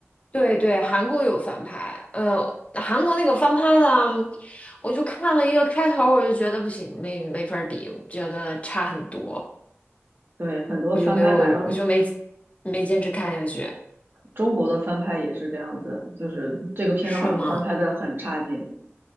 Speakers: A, on the left; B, on the right.
A: 对对，韩国有翻拍，呃，韩国那个翻拍呢，我就看了一个开头，我就觉得不行，没没法儿比，我觉得差很多，
B: 对，很多翻拍，
A: 我就没有，
B: 反正
A: 我就没没坚持看下去，
B: 中国的翻拍也是这样子，就是这个片子好像翻拍的很差劲。
A: 是吗？